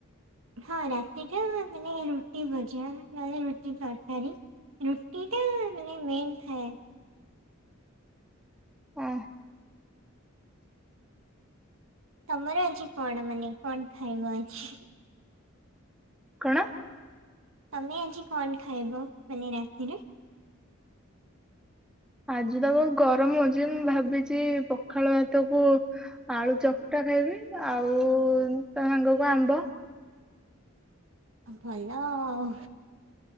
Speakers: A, on the right (about 75°); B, in the centre.
A: ହଁ ରାତିଟା ମାନେ ରୁଟି ଭଜା ନହେଲେ ରୁଟି ତରକାରୀ ରୁଟି ଟା ମାନେ ମେନ୍ ଥାଏ।
B: ହ।
A: ତମର ଆଜି କଣ ମାନେ କଣ ଖାଇବ ଅଛି?
B: କଣ?
A: ତମେ ଆଜି କଣ ଖାଇବ ବେଲେ ରାତିରେ?
B: ଆଜି ତ ବହୁତ ଗରମ ହଉଛି ମୁଁ ଭାବିଛି ପଖାଳ ଭାତ କୁ ଆଳୁ ଚକଟା ଖାଇବି ଆଉ ତା ସାଙ୍ଗକୁ ଆମ୍ବ।
A: ଭଲ ଆଉ।